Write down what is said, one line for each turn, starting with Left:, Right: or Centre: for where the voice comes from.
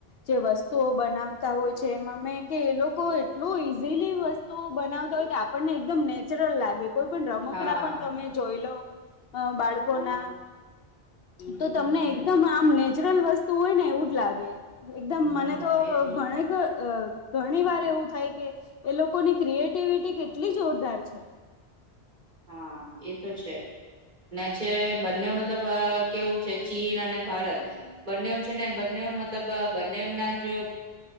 Left: જે વસ્તુઓ બનાવતા હોય છે એ મે કે એ લોકો એટલું ઈઝીલી વસ્તુઓ બનાવતા હોય કે આપણને એકદમ નેચરલ લાગે કોઈ પણ રમકડા
Right: હા
Left: પણ તમે જોઈ લો બાળકો ના તો
Right: હમ્મ
Left: તમને એકદમ આમ નેચરલ વસ્તુ હોય ને એવું જ લાગે એકદમ
Right: હમ્મ
Left: મને તો
Right: એ
Left: ગણક અ ઘણી વાર એવું થાય કે એ લોકોની ક્રિએટિવિટી કેટલી જોરદાર છે
Right: હા એ તો છે ને છે બંને મતલબ કેવું છે ચીન અને ભારત બંને છે ને બંને મ મતલબ બનેના જે